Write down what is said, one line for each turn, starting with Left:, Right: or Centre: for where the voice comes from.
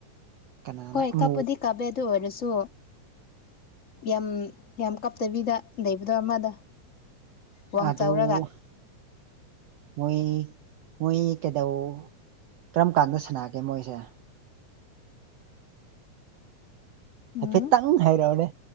Right: ꯀꯅꯥꯅ
Left: ꯍꯣꯏ
Right: ꯑꯃꯨꯛ
Left: ꯀꯥꯞꯄꯨꯗꯤ ꯀꯞꯄꯦ ꯑꯗꯨ ꯑꯣꯏꯔꯁꯨ ꯌꯥꯝ ꯌꯥꯝ ꯀꯞꯇꯕꯤꯗ ꯂꯩꯕꯗꯣ ꯑꯃꯗꯣ ꯋꯥꯡ
Right: ꯑꯗꯨ
Left: ꯆꯥꯎꯔꯒ
Right: <inaudible> ꯃꯣꯏ ꯃꯣꯏ ꯀꯩꯗꯧ ꯀꯔꯝ ꯀꯥꯟꯗ ꯁꯥꯟꯅꯒꯦ ꯃꯣꯏꯁꯦ
Left: ꯎꯝ
Right: ꯍꯥꯏꯐꯦꯠꯇꯪ ꯍꯩꯔꯛꯑꯣꯅꯦ